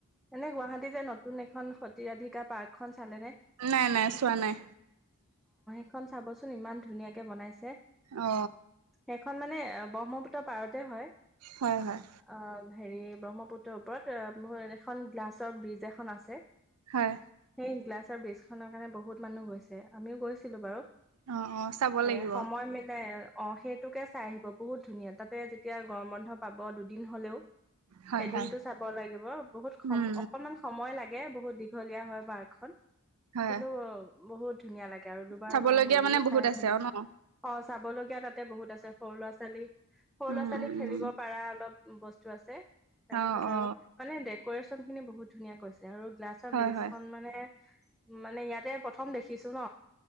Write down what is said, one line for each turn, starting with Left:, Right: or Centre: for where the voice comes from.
Centre: এনে গুৱাহাটীত যে নতুন এক এইখন সতিৰাধিকাৰ পাৰ্কখন চালে নে?
Right: নাই নাই চোৱা নাই।
Centre: সেখন চাবচোন ইমান ধুনীয়া কে বনাইছে।
Right: অ।
Centre: সেইখন মানে অ ব্ৰহ্মপুত্ৰৰ পাৰতে হয়।
Right: হয় হয়
Centre: অ হেৰি ব্ৰহ্মপুত্ৰৰ ওপৰত ম এখন গ্লাছৰ ব্ৰিজ এখন আছে।
Right: হয়।
Centre: এই গ্লাছৰ ব্ৰীজখনৰ কাৰণ বহুত মানুহ গৈছে। আমিও গৈছো গৈছিলো বাৰু
Right: অ অ চাব লাগিব
Centre: এ সময় মিলাই অ সেইতো তোকে চাই আহিব বহুত ধুনীয়া তাতে এতিয়া গৰম বন্ধ পাব ব দুদিন হলেও
Right: হয়
Centre: এদিন
Right: হয়
Centre: তো চাব লাগিব। বহুত সময়
Right: উম
Centre: অকণমান সময় লাগে‌ বহুত দীঘল দিয়া হয় বাৰ এখন
Right: হয়।
Centre: কিন্তু বহুত ধুনীয়া লাগে আৰু দুবাৰ
Right: চাবলগীয়া
Centre: মই গ'লো
Right: মানে বহুত
Centre: চাই
Right: আছে
Centre: ভালে
Right: অ ন
Centre: অঁ চাব লগগীয়া তাতে বহুত আছে সৰু ল'ৰা ছোৱালী সৰু
Right: উম
Centre: ল'ৰা ছোৱালী
Right: উম
Centre: খেলিব
Right: উম
Centre: পাৰা অলপ বস্তু আছে তাৰ
Right: অ
Centre: পিছত
Right: অ
Centre: আৰু মানে দে কোৰেশ্যনখিনি বহুত ধুনীয়া কৈছে আৰু গ্লাছৰ
Right: হয়
Centre: ব্ৰীজখন
Right: হয়
Centre: মানে মানে ইয়াতে প্ৰথম দেখি শিকিছো ন